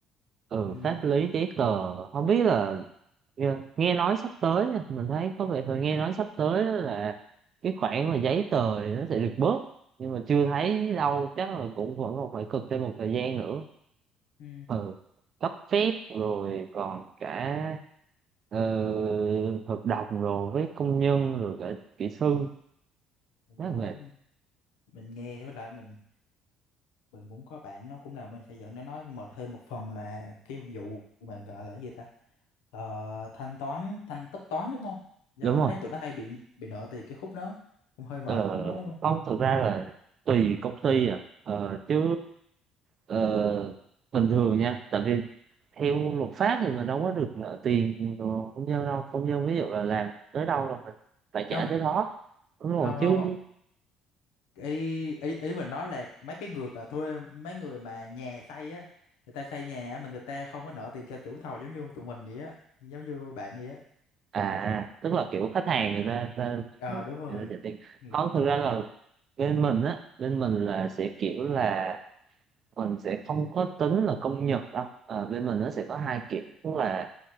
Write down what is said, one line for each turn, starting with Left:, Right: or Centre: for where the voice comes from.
Right: ừ,
Left: ừ
Right: pháp lý giấy tờ không biết là nghe, nghe nói sắp tới nha, mình thấy có vẻ là nghe nói sắp tới là cái khoản mà giấy tờ thì nó sẽ được bớt nhưng mà chưa thấy đâu chắc là cũng vẫn còn phải cực thêm một thời gian nữa
Left: ừ
Right: ừ, cấp phép rồi còn cả ờ, hợp đồng rồi với công nhân rồi cả kỹ sư
Left: đó
Right: rất là mệt
Left: mình nghe với lại mình mình cũng có bạn nó cũng làm bên xây dựng nó nói mệt thêm một phần là cái vụ mà gọi là cái gì ta Ờ, thanh toán thanh tất toán đúng không giờ
Right: đúng
Left: anh
Right: rồi
Left: thấy tụi nó hay bị bị nợ tiền cái khúc đó cũng hơi mệt
Right: ờ,
Left: khúc đó đúng không
Right: không thực ra là tùy công ty à ờ, chứ ờ, bình thường nha tại vì theo luật pháp thì mình đâu có được nợ tiền của công nhân đâu công nhân ví dụ là làm tới đâu là mình phải trả
Left: không
Right: tới đó đúng
Left: không
Right: rồi chứ
Left: không không ý ý ý mình nói là mấy cái người mà thuê mấy người mà nhà xây á người ta xây nhà á, mà người ta không có nợ tiền cho chủ thầu giống như tụi mình vậy á giống như bạn vậy á
Right: à tức là kiểu khách hàng người ta ta
Left: ờ đúng rồi
Right: người ta trả tiền
Left: ừ
Right: không thực ra là bên mình á bên mình là sẽ kiểu là mình sẽ không có tính là công nhật đâu Ờ, bên mình nó sẽ có hai kiểu tức là